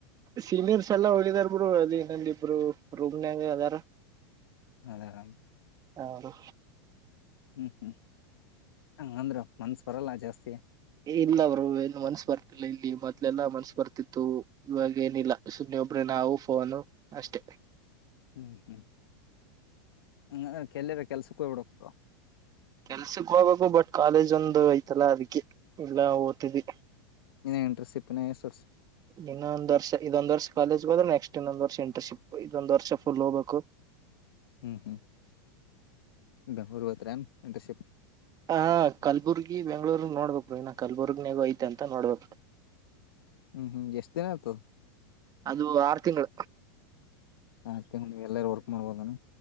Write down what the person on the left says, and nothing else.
ಅದಾರಣ
ಹ್ಮ ಹ್ಮ ಹಂಗಂದ್ರ ಮನ್ಸ್ ಬರಲ್ಲ ಜಾಸ್ತಿ.
ಹ್ಮ ಹ್ಮ ಹ ಅ ಕೆಲ್ಲೆ ಬೆ ಕೆಲ್ಸಕ್ಕ ಹೋಗ್ಬಿಡಿಕ.
ಇನ ಎಂಟ್ರೆಸಿಪ್ಪ ಇನ ಎಸ ವರ್ಷ.
ಹ್ಮ ಹ್ಮ ಬೆಂಗಳೂರ ಹೊತ್ತಿರ ಏನ್ ಇಂಟರ್ಶಿಪ್.
ಹ್ಮ ಹ್ಮ ಎಷ್ಟನೇತು
ಆರ ತಿಂಗಳಿಗ ಎಲ್ಲಾ ವರ್ಕ್ ಮಾಡ್ಬೋದ ಏನ.